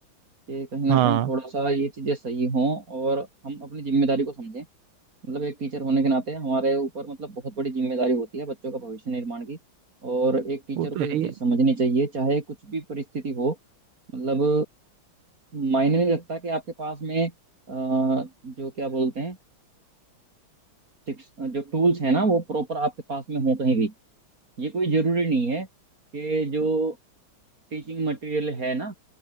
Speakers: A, on the right; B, on the right.
A: कि कहीं ना
B: हाँ
A: कहीं थोड़ा सा ये चीज़ें सही हों और हम अपनी जिम्मेदारी को समझें मतलब एक टीचर होने के नाते हमारे ऊपर मतलब बहुत बड़ी जिम्मेदारी होती है बच्चों का भविष्य निर्माण की और एक टीचर
B: वो
A: को
B: तो है
A: ये
B: ही
A: चीज़
B: है
A: समझनी चाहिए चाहे कुछ भी परिस्थिति हो मतलब मायने नहीं रखता कि आपके पास में अ, जो क्या बोलते हैं सिक्स जो टूल्स है ना वो प्रॉपर आपके पास में हो कहीं भी ये कोई जरूरी नहीं है कि जो टीचिंग मटेरियल है ना